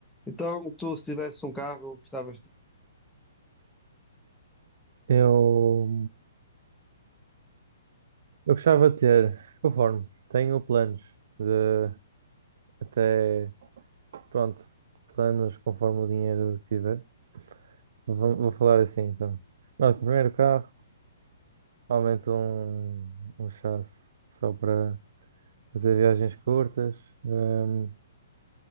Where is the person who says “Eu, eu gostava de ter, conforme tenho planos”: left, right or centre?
Right